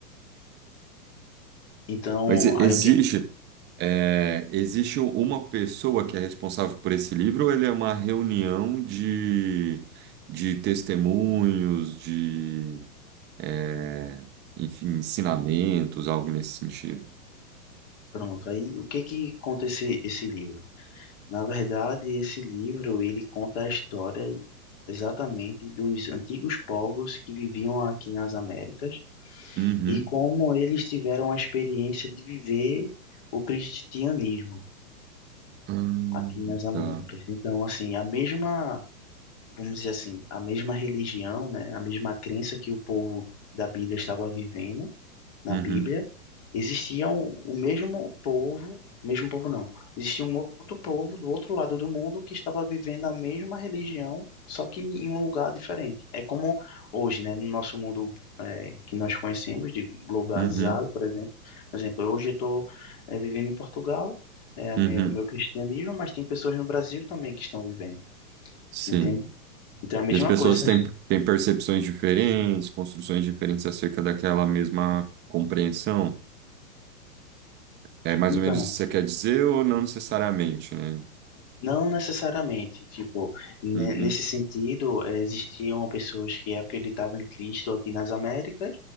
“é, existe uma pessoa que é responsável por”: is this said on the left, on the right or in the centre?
Right